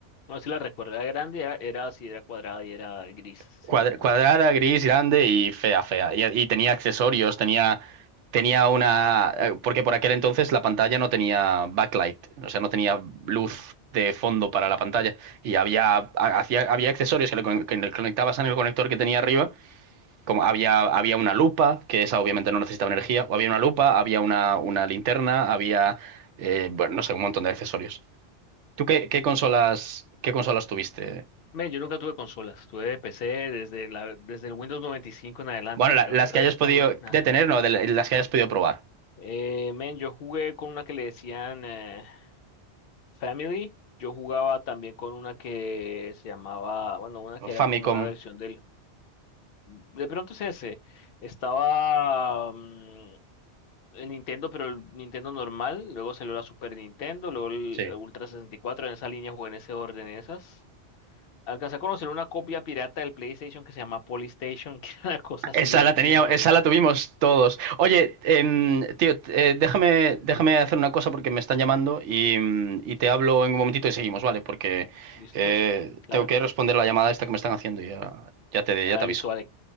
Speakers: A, on the left; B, on the right.
A: No, si la recuerdo, era grande, era, era así, era cuadrada y era gris,
B: cuadra-
A: si la recuerdo.
B: cuadrada, gris, grande y fea, fea. Y, y tenía accesorios, tenía, tenía una... eh, Porque por aquel entonces la pantalla no tenía backlight, o sea, no tenía luz de fondo para la pantalla. Y había, ha- hacía- había accesorios que le, con- que le conectabas en el conector que tenía arriba, como había, había una lupa, que esa obviamente no necesitaba energía, o había una lupa, había una, una linterna, había, eh, bueno, no sé, un montón de accesorios. ¿Tú qué, qué consolas, qué consolas tuviste?
A: Men, yo nunca tuve consolas, tuve PC desde la, desde el Windows noventa y cinco en adelante,
B: Bueno, la-
A: pero
B: las
A: el resto,
B: que hayas podido
A: men, nada.
B: detener, no, de la- las que hayas podido probar.
A: Eh, men, yo jugué con una que le decían eh, Family, yo jugaba también con una que se llamaba, bueno, una que era
B: Famicom,
A: como una versión del, de pronto es ese, estaba mm, el Nintendo, pero el Nintendo normal, luego salió la Super Nintendo, luego el
B: sí.
A: eh, Ultra 64, en esa línea jugué en ese orden esas. Alcancé a conocer una copia pirata del PlayStation que se llama Polystation, <laughs> que era una cosa así
B: Esa
A: bien
B: la tenía,
A: china, no
B: esa
A: sé. si
B: la tuvimos todos. Oye, em, tío, t- eh, déjame, déjame hacer una cosa porque me están llamando y, mm, y te hablo en un momentito y seguimos, ¿vale? Porque
A: ¿Listo?
B: eh,
A: Claro.
B: tengo que responder la llamada esta que me están haciendo y ya, ya te,
A: Ah,
B: ya te aviso.
A: listo, vale.